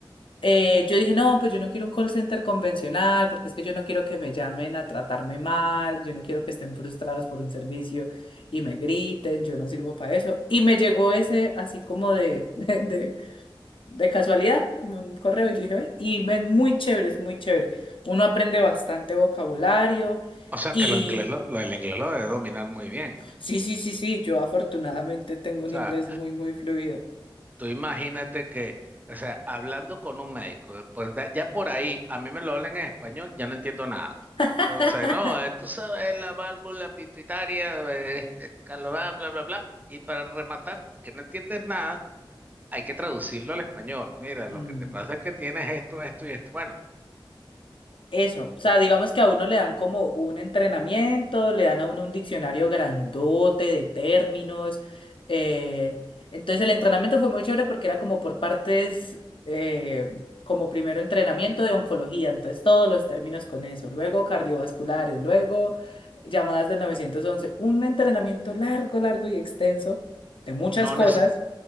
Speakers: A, on the left (about 70°); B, on the right (about 20°).
A: Eh, yo dije, no, pues yo no quiero un call center convencional porque es que yo no quiero que me llamen a tratarme mal, yo no quiero que estén frustrados por un servicio y me griten, yo no sirvo para eso. Y me llegó ese así como de, <laughs> de, de, de casualidad, un correo y yo dije, ve, y ven, muy chévere, es muy chévere. Uno aprende bastante vocabulario.
B: O sea, que
A: Y
B: lo inglés lo, lo- el inglés lo debe dominar muy bien.
A: Sí, sí, sí, sí, yo afortunadamente tengo
B: O
A: un
B: sea,
A: inglés muy, muy fluido.
B: Tú imagínate que, o sea, hablando con un médico, eh, pues da- ya por ahí, a mí me lo hablan en español, ya no entiendo nada.
A: <laughs>
B: Entonces, no, eh, tú sabes, la válvula pituitaria, eh, <laughs> escalonada, bla, bla, bla. Y para rematar, que no entiendes nada, hay que traducirlo al español. Mira, lo
A: Mm,
B: que te pasa es que tienes esto, esto y esto. Bueno,
A: Eso, o sea, digamos que a uno le dan como un entrenamiento, le dan a uno un diccionario grandote de términos. eh, Entonces el entrenamiento fue muy chévere porque era como por partes, eh, como primero entrenamiento de oncología, entonces todos los términos con eso, luego cardiovasculares, luego llamadas del 911, un entrenamiento largo, largo y extenso de muchas
B: no,
A: cosas.
B: nece-